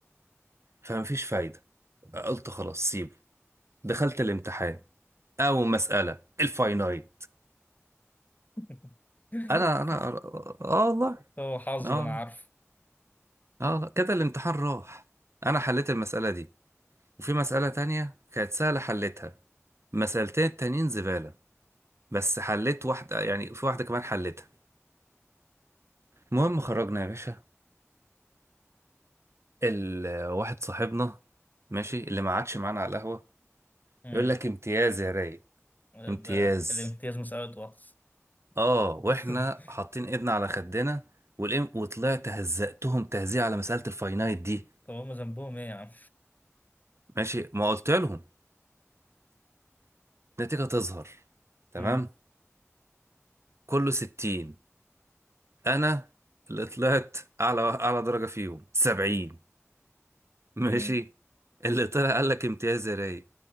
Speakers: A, on the right; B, on the left.
A: فمفيش فايده قلت خلاص سيبه دخلت الامتحان اول مساله الفاينايت
B: <laughs>
A: انا انا اه آه، والله
B: هو حظ
A: اه
B: ده أنا
A: والله
B: عارف
A: اه والله كده الامتحان راح انا حليت المساله دي وفي مساله تانية كانت سهله حليتها مسالتين التانيين زباله بس حليت واحده يعني في واحده كمان حليتها المهم خرجنا يا باشا ال- واحد صاحبنا ماشي اللي ما عادش معانا على القهوه
B: مم.
A: يقول لك امتياز يا رايق امتياز
B: ده الامتياز مسألة وقت
A: اه واحنا
B: <laughs>
A: حاطين ايدنا على خدنا والام وطلعت هزقتهم تهزيء على مسألة الفاينايت دي
B: طب هما ذنبهم إيه يا عم؟
A: ماشي ما قلت لهم النتيجة تظهر تمام
B: <laughs> مم.
A: كله 60 انا اللي طلعت اعلى اعلى درجة فيهم 70 ماشي
B: مم.
A: اللي طلع قال لك امتياز يا رايق